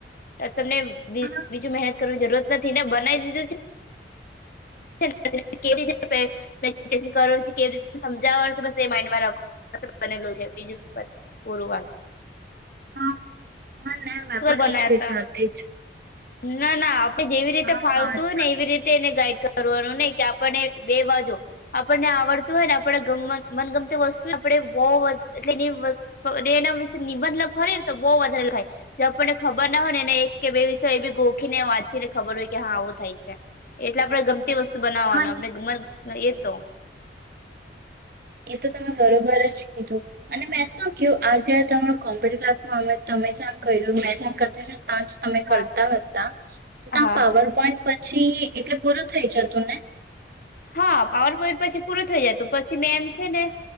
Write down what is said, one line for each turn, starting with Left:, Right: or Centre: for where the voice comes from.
Left: તમને
Right: હા
Left: બીજું મહેનત કરવાની જરૂરત નથી ને બનાવી દીધું છે. <unintelligible> કેવી રીતે પ્રેઝન્ટેશન કરવાનું છે કેવી રીતે સમજાવવાનું છે બસ એ માઇન્ડમાં બનેલું છે. બીજું પૂરું વાતા.
Right: હા હા મે મે પણ
Left: બનાયા
Right: એજ વિચારતી
Left: હતા ના ના આપડે જેવી રીતે
Right: હા
Left: ફાવતું
Right: હા અચ્છા
Left: ને એવી રીતે એને ગાઈડ કરવાનું નહી કે આપણને બે બાજુ આપણને આવડતું હોય ને આપ મનગમતી વસ્તુ આપડે બહું એટલે એ એના વિશે નિબંધ ખલી ને તો બહુ વધારે થાય આપને ખબર ના હો ને એક કે બે એ બી ગોખી ને વાંચી ને ખબર હોય કે હા આવું થાય છે એટલે આપડે ગમતી વસ્તુ બનાવવાનું
Right: હા ને
Left: આપણે ગ એ તો
Right: એ તો તમે બરોબર જ કીધું અને મેં શું ક્યું આ જયારે તમારું કોમ્પ્યુટર ક્લાસ માંમે મે જ્યાં કરું મેં ત્યાં કરતા ત્યાં જ તમે
Left: હા
Right: કરતા હતા તો
Left: હા
Right: ત્યાં પાવર પોઈન્ટ પણ પછી એટલે પૂરું થઇ જતું ને
Left: હા પાવર પોઈન્ટ પછી પૂરો થઈ જાય તો પછી મેં એમ છે ને